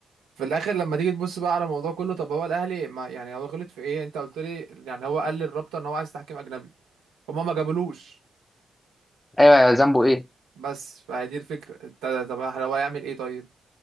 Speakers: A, on the right; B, on the left.
A: في الاخر لما تيجي تبص بقى على الموضوع كله طب هو الاهلي ما يعني هو غلط في ايه انت قلت لي يعني هو قال للرابطه ان هو عايز تحكيم اجنبي هم ما جابلوش
B: ايوه ذنبه ايه
A: بس فهي دي الفكره انت طب هو يعمل ايه طيب